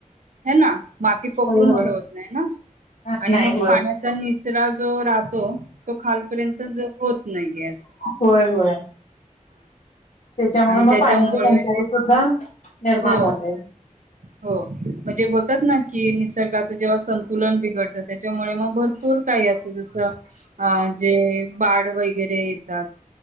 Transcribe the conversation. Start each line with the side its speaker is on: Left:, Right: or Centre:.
Right: ह ना म ती पकडून
Left: होय, होय.
Right: ठेवत नाही ना
Left: नाही
Right: आणि
Left: नाही.
Right: मग
Left: होय.
Right: पाण्याचा निसरा जो राहतो तो खालपर्यंत होत नाहीे अस
Left: होय-होय त्याच्यामुळे
Right: आणि
Left: मग
Right: त्याच्यामुळे
Left: पाण्याची टचाई सुद्धा निर्माण
Right: हो
Left: होत आहे.
Right: हो म्हणजे बोलतात ना, कि निसर्गाचं जेव्हा संतुलन बिघडतं त्याच्यामुळे मग भरपूर काही असं जसं अ जे बाळ वगैरे येतात